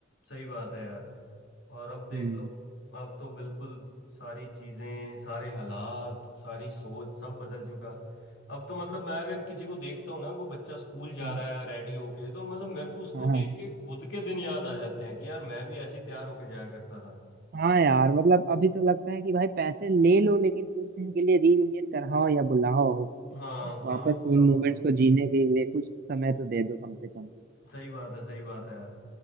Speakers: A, on the left; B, on the right.
A: सही बात है यार और अब देख
B: हम्म
A: लो अब तो बिल्कुल सारी चीजें सारे हालात सारी सोच सब बदल चुका अब तो मतलब मैं अगर किसी को देखता हूँ ना कोई बच्चा स्कूल जा
B: हाँ
A: रहा है रेडी होके तो मतलब मेरे को उसको
B: हाँ
A: देख के खुद के दिन याद आ जाते हैं कि यार मैं भी ऐसे ही तैयार होके जाया करता था
B: हाँ यार मतलब अभी तो लगता है कि भाई पैसे ले लो लेकिन कुछ दिन के लिए रीयूनियन कराओ या बुलाओ
A: हाँ
B: वापस
A: क्यों मैं बुलाओ
B: उन मोमेंट्स को जीने के लिए कुछ समय तो दे दो कम से कम
A: सही बात है सही बात है यार